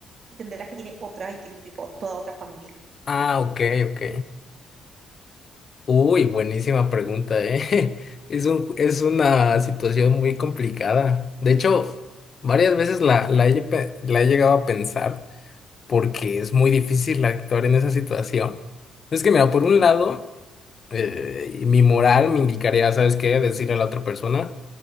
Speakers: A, on the right; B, on the left.
A: y te enterás que tiene otra y tiene tipo toda otra familia.
B: Ah, ok, ok. Uy, buenísima pregunta, ¿eh? <laughs> Es un, es una situación muy complicada. De hecho, varias veces la, la he, pe- la he llegado a pensar porque es muy difícil actuar en esa situación. Es que, mira, por un lado eh, mi moral me indicaría, ¿sabes qué? Decirle a la otra persona,